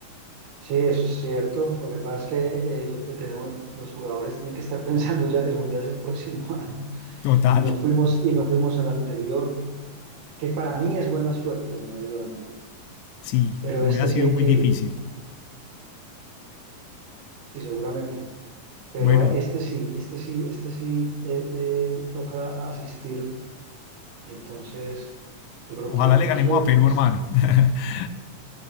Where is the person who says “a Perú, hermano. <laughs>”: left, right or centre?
Left